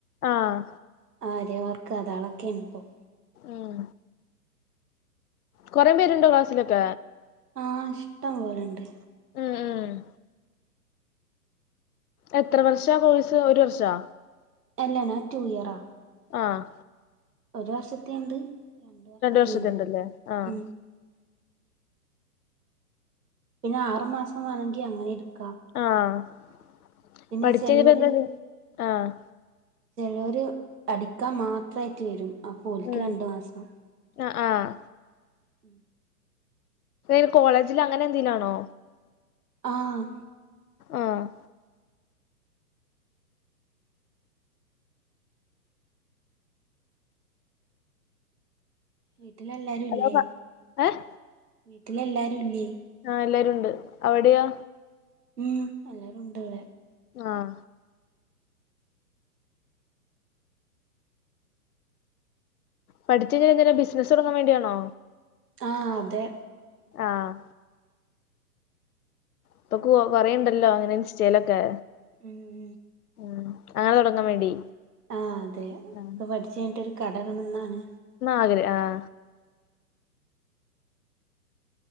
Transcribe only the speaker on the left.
ആഹ്
ഉം കുറ പേരുണ്ടോ ക്ലാസിലൊക്ക
ഉം ഉം എത്ര വർഷ കോഴ്സ് ഒരു വർഷാ
ആഹ്
വർഷത്തെണ്ടല്ലേ
ആഹ്
ആഹ്പഠിച്ച
യ്ത് ന്തേ ആഹ്
ഉം
ആഹ് ആഹ
ഇപ്പകോളേജിൽ അങ്ങനെ എന്തിലാണോ
ആഹ്
അതോ പ ഏഹ്
ആഹ് എല്ലാരുണ്ട് അവിടെയോ
ആഹ പഠിച്ചെന് എന്തിന ബിസിനസ് തുടങ്ങൻ വേണ്ടിയണോ?
ആഹ് ഇപ്പൊ കൊറയണ്ടല്ലോ അങ്ങനെ ഇൻ സ്റ്റലൊക്കെ
ഉം അങ്ങനെ തുടങ്ങാൻ വേണ്ടി
ആ
ന്നാഗ്രാഹ